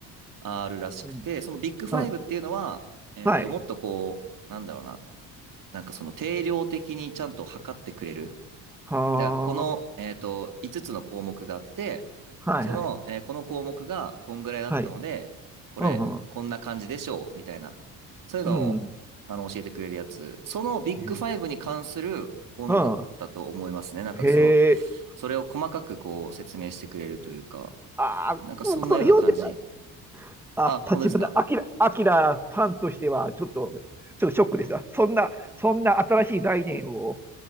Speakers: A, on the right; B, in the centre.
A: あるらしくて、
B: ー、うん
A: そのビッグファイブっていうのは、
B: あ、
A: えっと、
B: はい。
A: もっとこう、なんだろうな、なんかその定量的にちゃんと測ってくれる。
B: は
A: だからこの、
B: あ、
A: えっと、5つつの項目があって、
B: はいはい。
A: その、えーこの項目がこんぐらいだったので、
B: はい。
A: これ、
B: うんうん。
A: こんな感じでしょう、みたいな。そういうのを、
B: うん。
A: あの、教えてくれるやつ。そのビッグファイブに関する本だったと思いますね。
B: えうん。
A: なんかその、
B: へえ。
A: それを細かくこう説明してくれるというか、
B: ああ、
A: なんかそんなような感じ。
B: 僕それ読んでない。あ、
A: あ、本当ですか。
B: 立花、あきら、あきらファンとしては、ちょっと、ちょっとショックですわ。そんな、そんな新しい概念を